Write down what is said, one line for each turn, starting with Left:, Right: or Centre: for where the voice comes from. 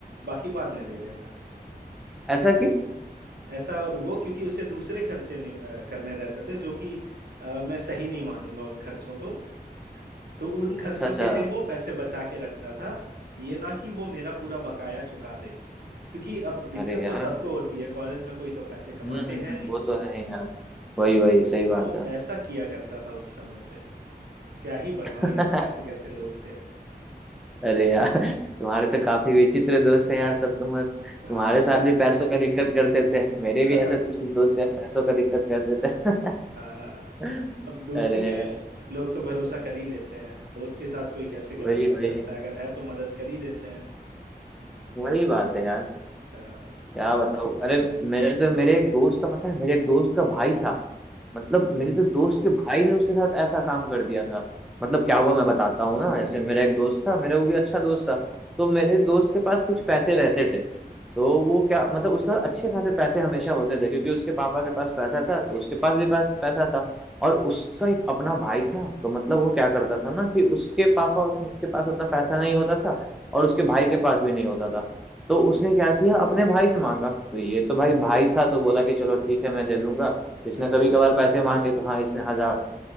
Right: बाकी बाद में ले लेना
Centre: ऐसा क्यों
Right: ऐसा वो क्योंकि उसे दूसरे खर्चे नहीं, अ, करने रहते थे जो कि अ, मैं सही नहीं मानूंगा उन खर्चों को तो उन खर्चों
Centre: अच्छा अच्छा
Right: के लिए वो पैसे बचा के रखता था ये ना कि वो मेरा पूरा बकाया चुका दे क्योंकि अब दिक्कत
Centre: अरे यार
Right: तो सबको होती है कॉलेज में कोई तो पैसे कमाते
Centre: हम्म हम्म
Right: हैं
Centre: हम्म,
Right: नहीं
Centre: वो तो है ही यार वही
Right: अब
Centre: वही सही बात
Right: वो
Centre: है
Right: ऐसा किया करता था उस समय पे क्या ही बताऊं
Centre: <laughs>
Right: यार कैसे कैसे लोग थे
Centre: अरे यार तुम्हारे तो काफी विचित्र दोस्त हैं यार सब तुम तुम्हारे
Right: हाँ
Centre: साथ भी पैसों का दिक्कत करते थे मेरे
Right: <laughs>
Centre: भी ऐसे कुछ कुछ दोस्त यार पैसों का दिक्कत करते थे
Right: हाँ
Centre: <laughs>
Right: अब दोस्ती
Centre: अरे
Right: में लोग तो भरोसा कर ही लेते हैं दोस्त के साथ कोई कैसे गलत
Centre: वही
Right: कर
Centre: वही
Right: सकता है अगर है तो मदद कर ही देते हैं
Centre: वही बात है यार
Right: हाँ
Centre: क्या बताओ अरे मेरे तो मेरे एक दोस्त का पता है मेरे एक दोस्त का भाई था मतलब
Right: हाँ
Centre: मेरे तो दोस्त के भाई ने उसके साथ ऐसा काम कर दिया था मतलब क्या हुआ मैं बताता हूँ ना जैसे मेरा एक दोस्त था मेरा वो भी अच्छा दोस्त था तो मेरे दोस्त के पास कुछ पैसे रहते थे तो वो क्या मतलब उसके पास अच्छे खासे पैसे हमेशा होते थे क्योंकि उसके पापा के पास पैसा था तो उसके पास भी पास पैसा था और उसका एक अपना भाई था तो मतलब वो क्या करता था ना कि उसके पापा उतन- के पास उतना पैसा नहीं होता था और उसके भाई के पास भी नहीं होता था तो उसने क्या किया अपने भाई से मांगा तो ये तो भाई भाई था तो बोला कि चलो ठीक है मैं दे दूंगा इसने
Right: हाँ
Centre: कभी कभार पैसे मांगे तो हाँ इसने हजार